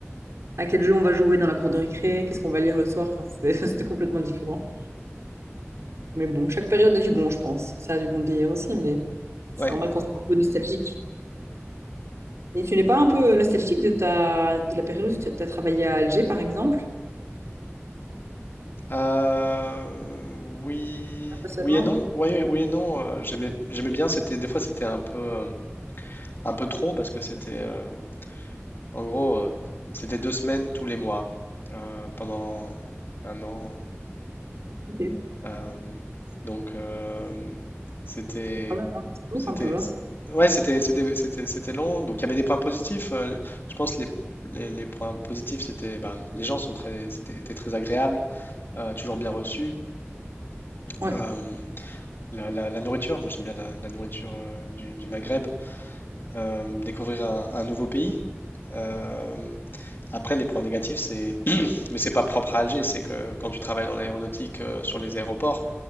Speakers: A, on the right; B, on the left.
A: à quel jeu on va jouer dans la cour de récré, qu'est-ce qu'on va lire le soir. Enfin, c'est- <laughs> c'était complètement différent. Mais bon, chaque période a du bon, je pense. Ça a du bon de vieillir aussi, mais
B: Ouais,
A: c'est normal qu'on soit un peu nostalgique. Et tu n'es pas un peu nostalgique de ta de la période où tu as travaillé à Alger, par exemple?
B: Euh, oui,
A: Pas seulement.
B: oui et non. Ouais, oui et non. euh, j'aimais, j'aimais bien. C'était des fois c'était un peu, euh, un peu trop parce que c'était, euh, en gros, euh, c'était deux semaines tous les mois euh, pendant un an.
A: Ok,
B: Euh, donc euh, c'était,
A: quand même, hein. C'est lourd
B: c'était,
A: un peu, hein.
B: ouais, c'était, c'était, c'était, c'était long. Donc il y avait des points positifs. euh, je pense les, les, les points positifs c'était, ben, les gens sont très, c'était- étaient très agréables, euh, toujours bien reçus.
A: Ouais,
B: Euh, La, la- la nourriture, moi j'aime bien la, la nourriture euh, du, du Maghreb, Euh, découvrir un, un nouveau pays. Euh, après, les points négatifs, c'est, <clears throat> mais c'est pas propre à Alger, c'est que quand tu travailles dans l'aéronautique, euh, sur les aéroports,